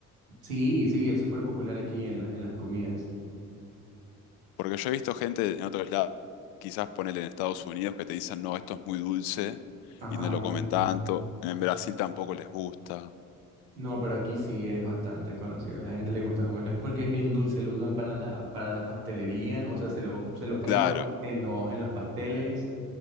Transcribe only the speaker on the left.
Porque yo he visto gente en otros lados, quizás ponele en Estados Unidos, que te dicen, no, esto es muy dulce
y no lo
comen
tanto.
En Brasil tampoco les gusta.
Claro,